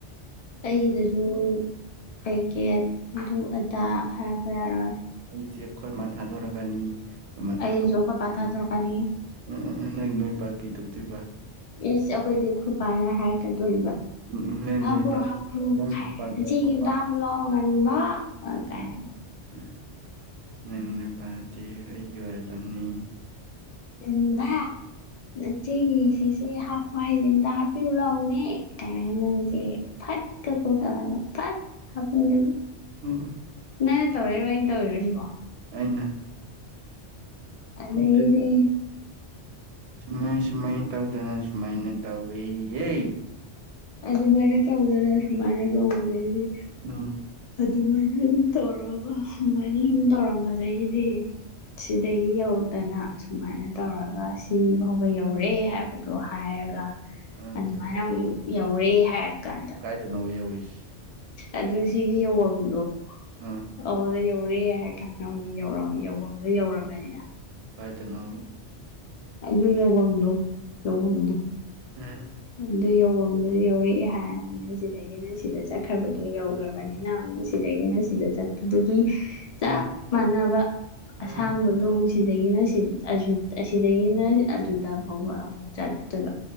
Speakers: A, on the left; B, on the right.
A: ꯑꯩꯒꯤꯗꯖꯨ ꯄꯦꯛꯀꯦꯠ ꯑꯗꯨ ꯑꯗꯥ ꯍꯥꯏꯔꯛꯄ ꯌꯥꯔꯣꯏ
B: ꯑꯩꯗꯤ ꯑꯩꯈꯣꯏ ꯃꯥ ꯊꯥꯗꯣꯔꯛꯀꯅꯤ ꯑꯩꯈꯣꯏꯃꯥ
A: ꯑꯩꯁꯨ
B: ꯊꯥꯗꯣꯛꯑꯅꯤ
A: ꯑꯩꯈꯣꯏ ꯄꯥ ꯊꯥꯗꯣꯔꯛꯀꯅꯤ
B: ꯎꯝ ꯎꯝ ꯎꯝ ꯅꯪ ꯅꯣꯏ ꯕꯥ ꯀꯩ ꯇꯧꯗꯣꯏꯕ
A: ꯏꯁ ꯑꯩꯈꯣꯏꯗꯤ ꯈꯣꯏꯄꯥꯅ ꯍꯥꯏꯔꯛꯀꯗꯣꯔꯤꯕ
B: ꯎꯝ ꯎꯝ ꯅꯪ
A: ꯍꯥꯞꯈꯔꯣ
B: ꯅꯣꯏ ꯄꯥ
A: ꯍꯥꯞꯈꯔꯣ
B: ꯅꯪ
A: ꯀꯥꯏꯅꯒ
B: ꯅꯣꯏ ꯄꯥꯗꯣ
A: ꯅꯆꯦꯒꯤ
B: ꯑꯩꯈꯣꯏ
A: ꯑꯝꯇꯥ
B: ꯄꯥ
A: ꯍꯥꯞꯄꯨꯂꯥꯎ ꯉꯥꯟꯕ ꯀꯥꯏꯅꯒ
B: ꯎꯝ ꯎꯝ ꯅꯪ ꯅꯄꯥꯗꯤ ꯑꯩꯒꯤ ꯑꯣꯏꯔꯗꯝꯅꯤ
A: ꯉꯟꯕꯥ ꯅꯆꯦꯒꯤ ꯁꯤꯁ‌ꯦ ꯍꯥꯞ ꯃꯥꯏꯖꯦ ꯑꯝꯇ ꯍꯥꯞꯄꯤꯌꯨ ꯂꯥꯎꯅꯦ ꯀꯥꯏꯅꯒ ꯅꯪꯖꯦ ꯐꯠ ꯀ ꯀꯧꯁꯜꯂꯒ ꯐꯠ ꯍꯥꯞꯐꯟꯗꯣꯏꯕ
B: ꯎꯝ ꯎꯝ
A: ꯅꯪꯅ ꯇꯧꯔꯛꯏꯔꯣ ꯑꯩꯅ ꯇꯧꯔꯤꯔꯣ ꯁꯤꯕꯣ
B: ꯑꯩꯅ
A: ꯑꯗꯒꯤꯗꯤ
B: <unintelligible> ꯁꯨꯃꯥꯏ ꯁꯨꯃꯥꯏ ꯇꯧꯗꯅ ꯁꯨꯃꯥꯏꯅ ꯇꯧꯋꯦꯌꯦ
A: ꯑꯗꯨꯃꯥꯏꯅ ꯇꯧꯗꯅ ꯑꯁꯨꯨꯃꯥꯏꯅ ꯇꯧꯕꯗꯩꯗꯤ
B: ꯎꯝ
A: ꯑꯗꯨꯃꯥꯏꯅ ꯑꯗꯨꯝ ꯇꯧꯔꯒ ꯑꯗꯨꯃꯥꯏꯅ ꯁꯨꯝ ꯇꯧꯔꯝꯕꯗꯒꯤꯗꯤ ꯁꯤꯗꯒꯤ ꯌꯧꯔꯛꯇꯅ ꯁꯨꯃꯥꯏꯅ ꯇꯧꯔꯒ ꯁꯤ ꯐꯧꯕ ꯌꯧꯔꯦ ꯍꯥꯏꯕꯗꯣ ꯍꯥꯏꯔꯒ
B: ꯑ
A: ꯑꯗꯨꯃꯥꯏꯅ
B: ꯑꯗꯨ
A: ꯑꯃꯨꯛ ꯌꯧꯔꯦ ꯍꯥꯏꯔ ꯀꯥꯟꯗ
B: ꯀꯥꯏꯗꯅ‌ꯣꯕ ꯌꯧꯔꯤꯁ
A: ꯑꯗꯨ ꯁꯤꯒꯤ ꯌꯧꯕꯝꯗꯣ
B: ꯑ
A: ꯑꯧꯗ ꯌꯧꯔꯦ ꯀꯥꯟꯗ ꯑꯃꯨꯛ ꯌꯧꯔ ꯌꯧꯕꯝꯗꯣ ꯌꯧꯔꯕꯅꯤꯅ
B: ꯀꯥꯏꯗꯅꯣꯝꯃ
A: ꯑꯗꯨ ꯌꯧꯕꯝꯗꯣ ꯌꯧꯕꯝꯗꯣ
B: ꯑꯦ
A: ꯑꯗꯨ ꯌꯧꯕꯝꯗꯨ ꯌꯧꯔ‌ꯦ ꯍꯥꯏꯔ ꯁꯤꯗꯒꯤꯅ ꯁꯤꯗ ꯆꯛ ꯈ꯭ꯔꯕꯗꯣ ꯌꯧꯒ꯭ꯔꯕꯅꯤꯅ ꯑꯃꯨꯛ ꯁꯤꯗꯒꯤꯅ ꯁꯤꯗ ꯆꯠ ꯑꯗꯨꯒꯤ ꯆꯞ
B: ꯎꯝ
A: ꯃꯥꯟꯅꯕ
B: ꯎꯝ
A: ꯑꯁꯥꯡꯕꯗꯣ ꯑꯃꯨꯛ ꯁꯤꯗꯒꯤꯅ ꯁꯤꯠ ꯑꯁꯤꯠ ꯑꯁꯤꯗꯒꯤꯅ ꯑꯗꯨꯗ ꯐꯥꯎꯕ ꯑꯃꯨꯛ ꯆꯠꯇ‌ꯣꯏꯕ